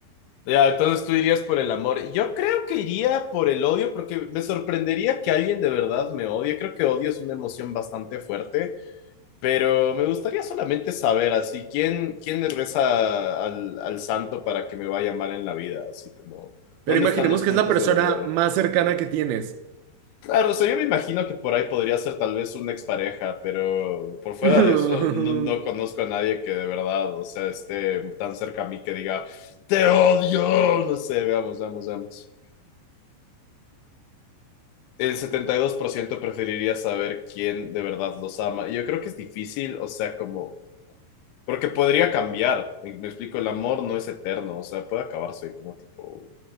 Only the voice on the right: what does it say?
Pero
imaginemos
que
es la persona
más cercana que tienes.
<laughs>